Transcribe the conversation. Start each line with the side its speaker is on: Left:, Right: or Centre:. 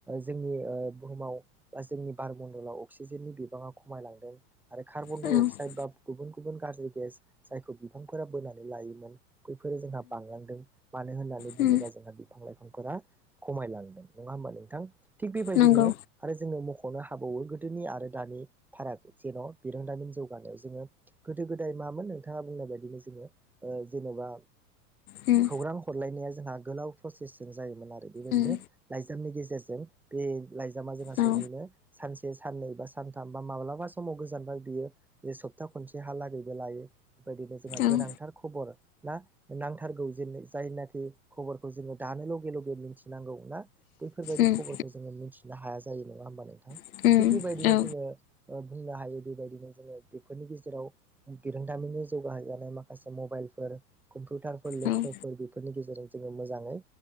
Centre: जोंनि बुहुमाव बा जोंनि बारबन दलाव अक्सिजेननि बिबाङाव खमायलांदों आरो कार्बन डाइ
Left: औ उम
Centre: अक्साइड बा गुबुन गुबुन गाज्रि गेस जायखौ बिफांफोरा बोनानै लायोमोन बैफोरो जोंहा बांलांदों मानो होननानै बुङोबा
Left: उम
Centre: जोंहा बिफां लाइफांफोरा खमायलांदों नङा होमबा नोंथां थिग बेबायदिनो
Left: नंगौ
Centre: आरो जोङो मख'नो हाबावो गोदोनि आरो दानि फाराग जेन' बिरोंदामिन जौगानायाव जोङो गोदो गोदाय मामोन नोंथाङा बुंनाय बायदिनो जोङो ओ जेनेबा
Left: उम
Centre: खौरां हरलायनाया जोंहा गोलाव प्रसेसजों जायोमोन आरो बेबायदिनो
Left: उम
Centre: लाइजामनि गेजेरजों बे लाइजामा जोंहा
Left: औ
Centre: सहैनो सानसे साननै बा सान थांबा माब्लाबा समाव गोजानबाय बियो सप्ता खनसे हलागैबो लायो बेबायदिनो जोंहा
Left: उम
Centre: गोनां नांथारगौ जा जायनाखि खबरखौ जोङो दानो ले लगेथि नांगौ ना बैफोरबायदि
Left: उम
Centre: खबरखौ जोङो मिथि हाया जायो नङा हबा नोंथां
Left: उम
Centre: थिग बेबायदिनो
Left: औ
Centre: जोङो बुंनो हायो बेबायदिनो जोङो बेफोरनि गेजेराव बिरोंदामिननि जौगानाय माखासे मबाइलफोर कम्पिउटारफोर लेपटप
Left: औ उम
Centre: बेफोरनि गेजेरजों जोङो मोजाङै